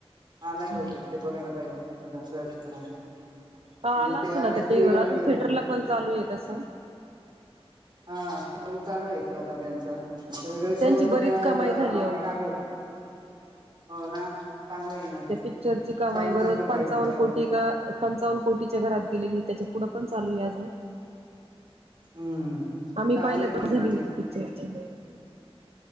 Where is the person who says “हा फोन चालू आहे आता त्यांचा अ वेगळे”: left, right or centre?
Right